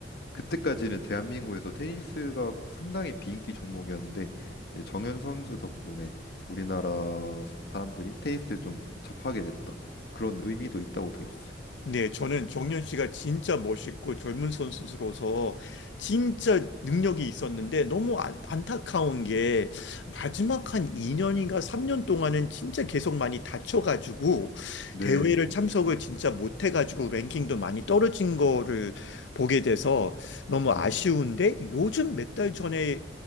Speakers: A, on the left; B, on the left.
A: 그때까지는 대한민국에서 테니스가 상당히 비인기 종목이었는데, 이제 정현 선수 덕분에 우리나라 사- 사람들이 테니스를 좀 접하게 됐다. 그런 의미도 있다고 들었어요.
B: 네, 저는 정현 씨가 진짜 멋있고 젊은 선수로서 진짜 능력이 있었는데 너무 안, 안타까운 게 마지막 한 2년인가 3년 동안은 진짜 계속 많이 다쳐가지고
A: 네,
B: 대회를
A: 네,
B: 참석을 진짜 못해가지고 랭킹도 많이 떨어진 거를 보게 돼서 너무
A: 네,
B: 아쉬운데 요즘 몇 달 전에